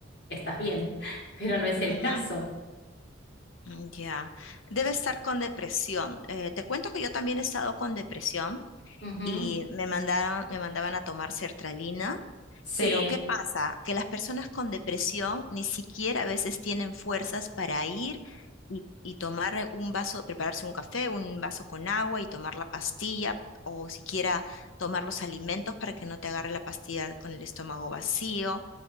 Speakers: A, on the left; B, on the left.
A: estás bien, <laughs> pero no es el
B: ujú,
A: caso.
B: mm, Ya, Debe estar con depresión. Eh, te cuento que yo también he estado con depresión
A: Ujú.
B: y me mandaron, me mandaban a tomar sertralina.
A: Sí,
B: Pero ¿qué pasa? Que las personas con depresión ni siquiera a veces tienen fuerzas para ir y, y tomar un vaso, prepararse un café, un vaso con agua y tomar la pastilla o siquiera tomar los alimentos para que no te agarre la pastilla con el estómago vacío.